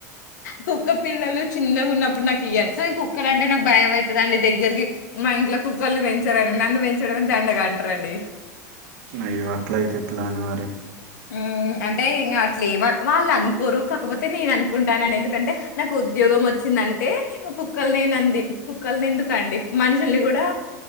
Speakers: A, on the left (about 75°); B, on the right (about 70°).
A: కుక్క పిల్లలు చిన్నగా ఉన్నప్పుడు నాకు ఇయ్యండి కానీ కుక్కలు అంటే నాకు భయం అయితందండి దగ్గరికి మా ఇంట్లో కుక్కల్ని పెంచరని నన్ను పెంచడమే దండగా అంటారంండి
B: అయ్యో అట్లయితే ఎట్లండి మరి
A: హ్మ్ అంటే ఇంగా అట్లే ఎమన్ వాళ్ళంత కోరు కాకపోతే నేను అనుకుంటాన ఎందుకంటే నాకు ఉద్యోగం వచ్చిందంటే నేను కుక్కలనింది కుక్కల్ని ఎందుకు అండి మనుషుల్ని కూడా